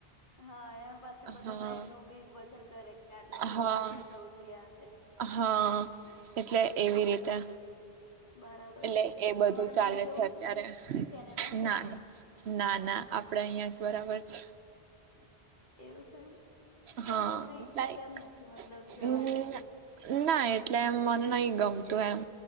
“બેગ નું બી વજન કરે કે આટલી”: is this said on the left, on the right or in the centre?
Left